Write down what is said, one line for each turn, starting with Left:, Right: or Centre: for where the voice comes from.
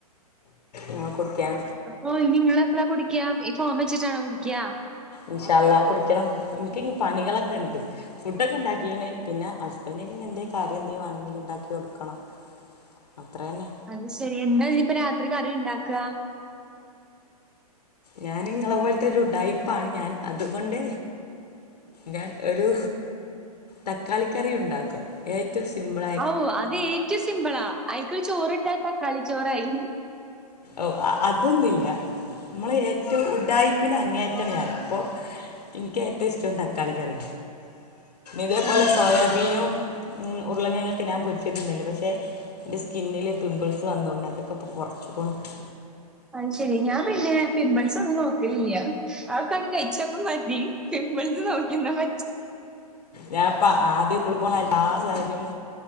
Left: മ്മെ കുട്ടിക്കാൻ
Centre: അപ്പൊ ഇനി നിങ്ങള് എപ്പഴാ കുടിക്ക്യ ഈ ഫോം വെച്ചിട്ടാണോ കുടിക്ക്യാ
Left: ഇൻഷാ അള്ളാ കുടിക്കണം എനിക്ക ഇങ് പണികള് ഒക്കെ എണ്ട് ഫുഡ് ഒക്കെ ഉണ്ടാക്കീണ് പിന്നെ ഹസ്ബൻഡിന് ഇനി എന്തേ കറി എന്തേ എന്തെങ്കിലും വാങ്ങി ഉണ്ടാക്കി കൊടുക്കണം അത്ര അന്നെ
Centre: അത് ശരി എന്താ ഇനി ഇപ്പ രാത്രി കറി ഇണ്ടാക്കുക
Left: ഞാൻ ഇങ്ങളെ പോലത്തെ ഒരു ഉടായിപ്പാണ് ഞാൻ അതു കൊണ്ട് ഞാൻ ഒരു തക്കാളിക്കറി ഉണ്ടാക്കും ഏറ്റവും സിമ്പിൾ ആ
Centre: ആഓ അത് ഏറ്റവും സിമ്പിളാ അയിക്ക് ഒരു ചോറിട്ടാ തക്കാളി ചോറായി
Left: ഓഹ് അതൊന്നുല്ല നമ്മൾ ഏറ്റവും ഉഡായിപ്പിന്റെ അങ്ങേയറ്റാണ് ഞാൻ അപ്പോ എനിക്ക് ഏറ്റവും ഇഷ്ടം തക്കാളിക്കറി ഇതേപോലെ
Centre: ആണോ?
Left: സോയാബീനും ഉം ഉരുളക്കിഴങ്ങ് ഒക്കെ ഞാൻ പൊരിച്ചാ തിന്നല് പക്ഷേ എൻ്റെ സ്കിന്നില് പിമ്പിൾസ് വന്നതുകൊണ്ട് അത് ഇപ്പോ കുറച്ച് കുറച്ച്
Centre: അത്ശെരി ഞാൻ പിന്നെ പിമ്പിൾസ് ഒന്നും നോക്കലില്ല്യ ആഹ് കണ്ട് കഴിച്ച ഒക്കെ മതി പമ്പിൾസ് നോക്കിന്നാ പ
Left: ഞാൻപ്പ ആദ്യക്കുളു പോണ എല്ലാ സാരിയും